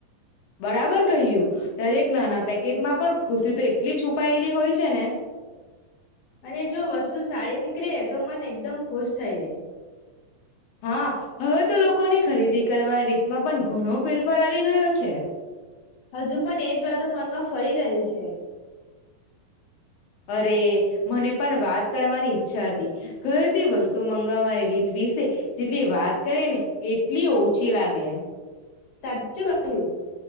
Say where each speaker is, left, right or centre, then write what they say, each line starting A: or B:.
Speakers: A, on the left; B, on the left.
A: બરાબર કહય્યું દરેક નાના પેકેટમાં પણ ખુશી તો એટલી છુપાયેલી હોય છે ને.
B: અને જો વસ્તુ સાડી નીક રહે તો મન એકદમ ખુશ થઈ જાય.
A: હા હવે તો લોકોની ખરીદી. કરવાની રીતમાં પણ ઘણો ફેરફાર આવી ગયો છે.
B: હજુ પણ એજ વાતો મનમાં ફરી રહી છે.
A: અરે મને પણ વાત કરવાની ઈચછ. છાદી. ઘરે તે વસ્તુમાં. મંગાવાની રીત વિસે. જેટલી વાત કરી ને એટલી ઓછી લાગે. <inaudible>
B: સાચું કહ્યું